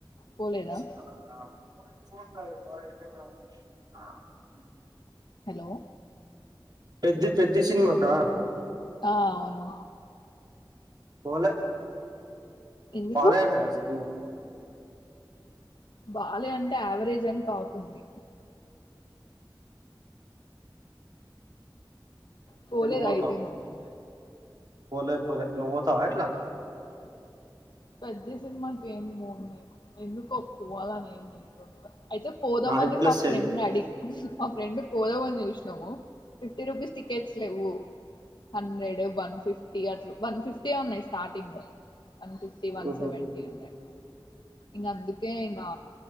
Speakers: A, on the right; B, on the left.
A: <inaudible>
B: పోలేదా హలో
A: పెద్ది పెద్ది సినిమాకా
B: ఆ అవును
A: పోలే
B: ఎందుకు
A: బాలేదటగా సినిమా
B: బాలే అంటే యావరేజ్ అని టాక్ ఉంది పోలేద
A: పోత
B: అయితే నువ్వు
A: పోలే పోలే నువ్వు పోతావా ఎట్లా
B: పెద్ది సినిమాకి ఏంపోను ఎందుకో పోవాలని ఏం లేదుంతా అయితే పోదాం
A: నాకు
B: అని
A: గిట్ల
B: మా
A: సేమ్
B: ఫ్రెండ్ అడిగి మా ఫ్రెండ్ పోదామని చూసినాము ఫిఫ్టీ రుపీస్ టికెట్స్ లేవు హండ్రెడ్ వన్ ఫిఫ్టీ అట్లు వన్ ఫిఫ్టీ ఉన్నాయి స్టార్టింగ్ వన్ ఫిఫ్టీ వన్
A: ఉహు
B: సెవెన్ంటీ ఉన్డే ఇంగ అందుకే ఇగా